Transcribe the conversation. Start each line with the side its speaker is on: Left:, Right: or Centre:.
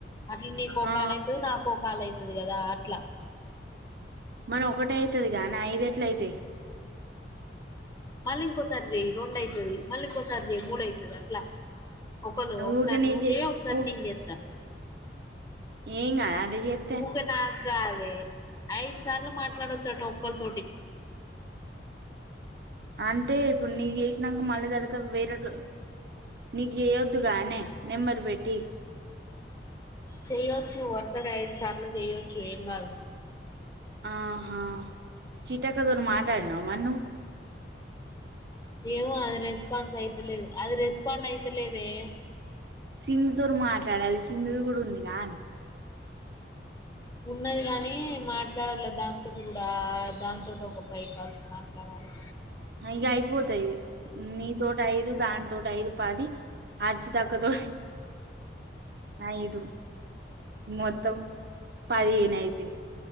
Left: అట్లు నీకో
Right: ఆ
Left: కాల్ అయితది నాకో కాల్ అయి కదా ఆట్లా
Right: మరి ఒకటయి అది గానీ ఐదు ఎట్లయితయి
Left: మళ్ళీ ఇంకోసారి చెయ్ రెండు అయితది మళ్లింకోసార్ చేయ్ మూడు అయితది అట్లా ఒకరు ఒకసారి
Right: ఊకే నీకే
Left: నువ్వు చేయ ఒకసారి
Right: ఊ
Left: నే చేస్తా
Right: ఏం గాదా అట్ల చెత్తే
Left: ఊకే నాకు కాదే ఐదు సార్లు మాట్లాడొచ్చు అట ఒక్కళతోటి
Right: అంటే ఇప్పుడు నీకి చేేసినాక మాల్ దానితో వేరో టు నీకు చేయొద్దుగానే నెంబరు పెట్టి
Left: చేయొచ్చు వరుసగా ఐదు సార్లు చేయొచ్చు ఏం కాదు
Right: ఆహా చి చెక్కరు ఓరు మార్ కద్న మన్ను
Left: ఏమో అది రే రెస్పాన్స్ అయితలేదు అది రెస్పాండ్ అయితలేదే
Right: సింధుతోోరు మాట్లాడాలి సింధు కూడా ఉంది కా అని
Left: ఉన్నది కాని మాట్లాడాలి దాంతోటి కూడా దాంతోటి ఒక ఫైవ్ కాల్స్ మాట్లాడాలి
Right: అయ్యా అయిపోతాయి నీ తోటి అయిదు దాని తోటి ఐదు పాది అడ్చితక్కతో ఐదు మొత్తం పదిహేను అయితయి